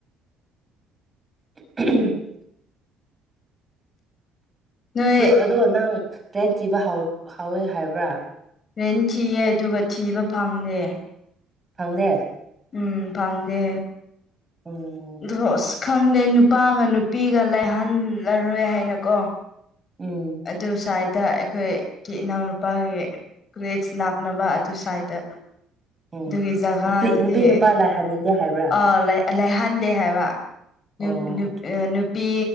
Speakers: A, on the right; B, on the left.
A: <unintelligible>
B: ꯅꯣꯏ
A: ꯗꯣ ꯑꯗꯣ ꯅꯪ ꯔꯦꯟ ꯊꯤꯕ ꯍꯧ ꯍꯥꯎꯋꯦ ꯍꯥꯏꯕ꯭ꯔꯥ
B: ꯔꯦꯟ ꯊꯤꯌꯦ ꯑꯗꯨꯒ ꯊꯤꯕ ꯐꯪꯗꯦ
A: ꯐꯪꯗꯦ
B: ꯎꯝ ꯐꯪꯗꯦ
A: ꯑꯣ
B: ꯑꯗꯣ ꯑꯁ ꯈꯪꯗꯦ ꯅꯨꯄꯥꯒ ꯅꯨꯄꯤꯒ ꯂꯩꯍꯜꯂꯔꯣꯏ ꯍꯥꯏꯅꯀꯣ
A: ꯎꯝ
B: ꯑꯗꯨꯁꯥꯏ ꯗ ꯑꯈꯣꯏꯒꯤ ꯏꯅꯥꯎꯅꯨꯄꯥꯒꯤ ꯀ꯭ꯔꯦꯁ ꯂꯥꯛꯅꯕ ꯑꯗꯨ ꯁ꯭ꯋꯥꯏꯗ
A: ꯎꯝ
B: ꯑꯗꯨꯒꯤ ꯖꯒꯥꯗꯗꯤ
A: ꯅꯨꯄꯤ ꯅꯨꯄꯥ ꯂꯥꯏ ꯍꯟꯅꯤꯡꯗꯦ ꯍꯥꯏꯕ꯭ꯔꯥ
B: ꯑꯥ ꯂꯩꯍꯟꯗꯦ ꯍꯥꯏꯕ
A: ꯑꯣ
B: ꯅꯨꯞ ꯅꯨꯞ ꯑ ꯅꯨꯞ ꯅꯨꯄꯤ